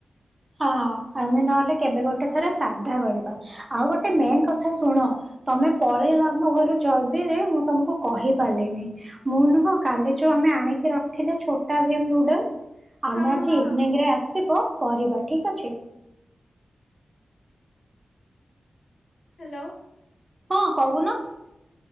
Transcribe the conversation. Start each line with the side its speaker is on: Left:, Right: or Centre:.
Right: ହଁ ଆମେ ନହେଲେ କେବେ ଗୋଟେ ଥରେ ସାଧା କରିବା। ଆଉ ଗୋଟେ ମେନ୍ କ ଥା ଶୁଣ ତମେ ପଳେଇଲ ଆମ ଘରୁ ଜଲଦିରେ ମୁଁ ତମକୁ କହି ପାରିଲିନି। ମୁଁ ନୁହଁ କାଲି ଯୋଉ ଆମେ ଆଣିକି ରଖିଲୁ ଛୋଟା ଭିମ ନୁଡଲସ। ଆମ
Left: ହଁ
Right: ଆଜି
Left: ହଁ
Right: ଇଭିନିଂରେ ଆସିବ କରିବା ଠିକ୍ ଅଛି।
Left: ହାଲୋ।
Right: ହଁ କହୁନ।